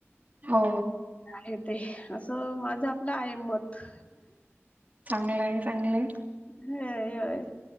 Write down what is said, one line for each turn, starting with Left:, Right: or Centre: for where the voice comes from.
Right: हो.
Left: हे ते असं माझं आपलं आहे मत.
Right: चांगलंय आहे चांगलंय.
Left: ह होय